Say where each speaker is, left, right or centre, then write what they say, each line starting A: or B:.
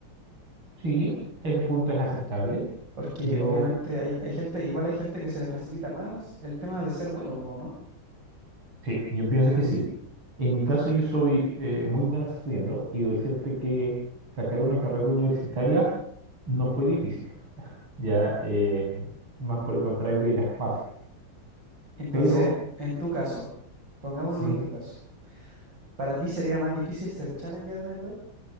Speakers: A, on the right; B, on the right.
A: Sí, ese punto es aceptable.
B: Porque
A: Yo,
B: obviamente hay, hay gente, igual hay gente que se le facilita más el tema de ser bueno, po, ¿no?
A: sí, yo pienso que sí. En mi caso, yo soy eh, muy bueno estudiando y decirte que sacar una carrera universitaria no fue difícil. Ya, eh, más por el contrario, era fácil.
B: Entonces,
A: Pero
B: en tu caso, pongámonos
A: Sí.
B: en tu caso. ¿Para ti sería más difícil ser challenger en el LoL?